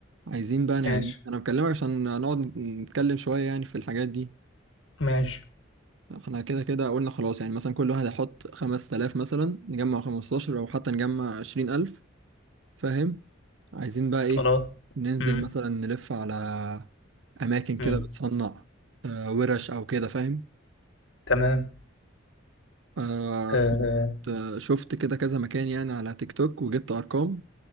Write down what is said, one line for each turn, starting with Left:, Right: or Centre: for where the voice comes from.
Right: عايزين بقى
Left: ماشي
Right: يعني مم. ايه انا بكلمك عشان نقعد نتكلم شوية يعني في الحاجات دي
Left: ماشي
Right: احنا كده كده قلنا خلاص يعني مثلا كل واحد هيحط 5000 مثلا نجمع 15 او حتى نجمع 20000 فاهم عايزين بقى ايه
Left: خلاص
Right: ننزل
Left: امم
Right: مثلا نلف على اماكن
Left: امم
Right: كده بتصنع آه، ورش او كده فاهم
Left: تمام
Right: آه
Left: آه،
Right: كنت آه، شفت كده كذا مكان يعني على تيك توك وجبت ارقام